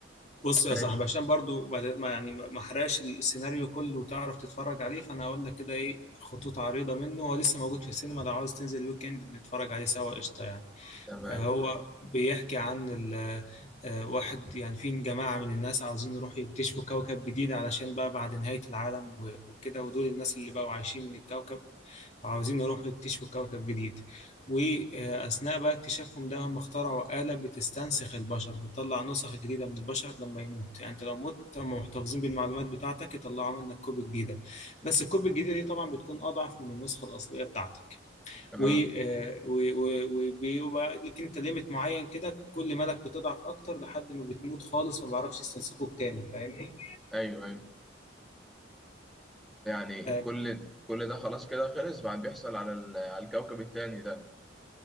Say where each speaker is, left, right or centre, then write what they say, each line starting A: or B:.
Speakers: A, on the left (about 35°); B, in the centre.
A: بص يا
B: ماشي
A: صاحبي عشان برضو ما ما- يعني ما ما احرقش السيناريو كله وتعرف تتفرج عليه فانا هقول لك كده ايه خطوط عريضة منه هو لسه موجود في السينما لو عاوز تنزل الويك اند نتفرج عليه سوا قشطة يعني
B: تمام
A: هو
B: اوكي
A: بيحكي عن ال- آه، واحد يعني في جماعة من الناس عاوزين يروحوا يكتشفوا كوكب جديد علشان بقى بعد نهاية العالم و- وكده ودول الناس اللي بقوا عايشين من الكوكب وعاوزين يروحوا يكتشفوا كوكب جديد وأثناء بقى اكتشافهم ده هم اخترعوا آلة بتستنسخ البشر بتطلع نسخ جديدة من البشر لما يموت يعني انت لو مت هم محتفظين بالمعلومات بتاعتك يطلعوا منك كوبي جديدة بس الكوبي الجديدة دي طبعا بتكون أضعف من النسخة الأصلية بتاعتك
B: اه
A: و- آه، و- و- وبيبقى لك انت ليميت معين كده كل مالك بتضعف اكتر لحد ما بتموت خالص ما بعرفش يستنسخوك تاني فاهمني
B: ايوه ايوه يعني
A: آه،
B: كل كل ده خلاص كده خلص بعد بيحصل على ال- على الكوكب التاني ده